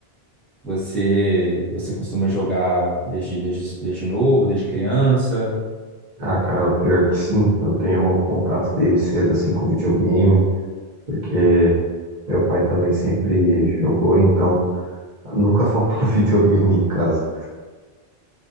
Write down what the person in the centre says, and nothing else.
você, você costuma jogar desde, desde, desde novo, desde criança?